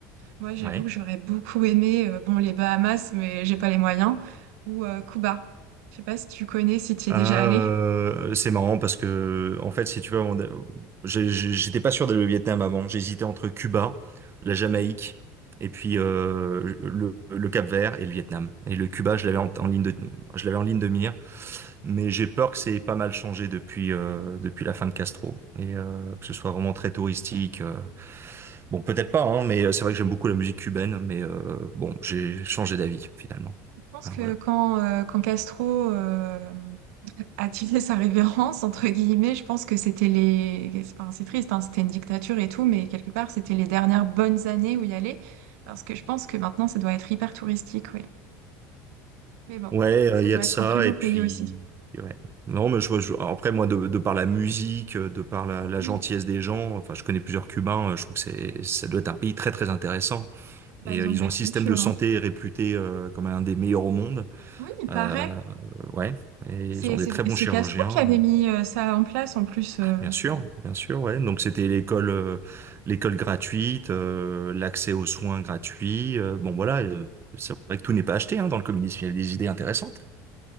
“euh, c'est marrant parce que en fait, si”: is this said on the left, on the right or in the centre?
Right